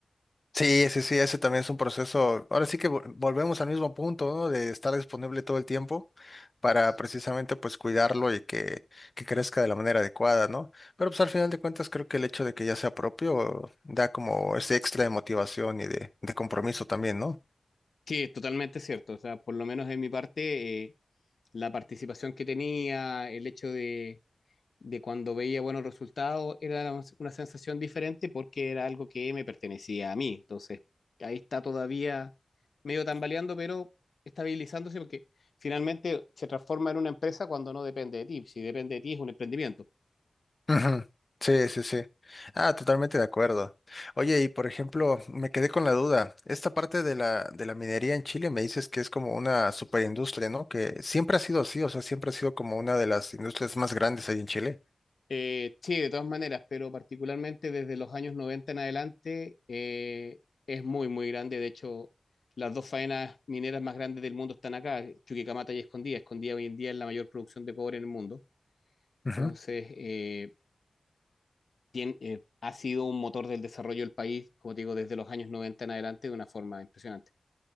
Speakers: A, on the left; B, on the left.
A: Sí, sí, sí, ese también es un proceso. Ahora sí que vol- volvemos al mismo punto, ¿no? De estar disponible todo el tiempo para precisamente pues cuidarlo y que, que crezca de la manera adecuada, ¿no? Pero pues al final de cuentas creo que el hecho de que ya sea propio da como ese extra de motivación y de, de compromiso también, ¿no?
B: Sí, es totalmente cierto. O sea, por lo menos en mi parte, eh, la participación que tenía, el hecho de de cuando veía buenos resultados, era una una sensación diferente porque era algo que me pertenecía a mí. Entonces, ahí está todavía medio tambaleando, pero estabilizándose porque finalmente se transforma en una empresa cuando no depende de ti. Si depende de ti es un emprendimiento.
A: Ujú. Sí, sí, sí. Ah, totalmente de acuerdo. Oye, y por ejemplo, me quedé con la duda. Esta parte de la, de la minería en Chile me dices que es como una superindustria, ¿no? Que siempre ha sido así, o sea, siempre ha sido como una de las industrias más grandes ahí en Chile.
B: Eh, sí, de todas maneras, pero particularmente desde los años 90 en adelante eh, es muy, muy grande. De hecho, las dos faenas mineras más grandes del mundo están acá, Chuquicamata y Escondida. Escondida hoy en día es la mayor producción de cobre en el mundo.
A: Ujú.
B: Entonces, eh, tien- eh, ha sido un motor del desarrollo del país, como te digo, desde los años 90 en adelante de una forma impresionante.